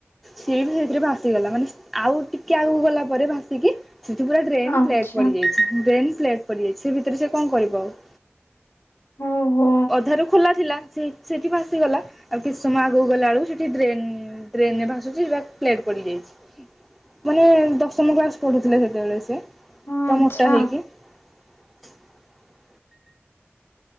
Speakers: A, in the centre; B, on the left.
A: ସିଏ ବି ସେଇଥିରେ ଭାସିଗଲା ମାନେ ଆଉ ଟିକେ ଆଗକୁ ଗଲା ପରେ ଭାସିକି ସେଥି ପୁରା ଡ୍ରେନ୍
B: ଆଚ୍ଛା
A: ପ୍ଲେଟ୍ ପଡ଼ି ଯାଇଛି ଡ୍ରେନ୍ ପ୍ଲେଟ୍ ପଡ଼ିଯାଇଛି ସେ ଭିତରେ ସେ କଣ କରିବ ଆଉ?
B: ଓ ହୋ।
A: ଅଧାରୁ ଖୋଲା ଥିଲା ସେ ସେଠି ଭାସିଗଲା ଆଉ କିଛି ସମୟ ଆଗକୁ ଗଲା ବେଳକୁ ସେଠି ଡ୍ରେନ୍ ଡ୍ରେନ ରେ ଭାସୁଛି ହେଟା ପ୍ଲେଟ ପଡିଯାଇଛି। ମାନେ ଦଶମ କ୍ଲାସ ପଢୁଥିଲେ ସେତେବେଳେ ସିଏ ପୁରା
B: ଆଚ୍ଛା
A: ମୋଟା ହେଇକି। <unintelligible>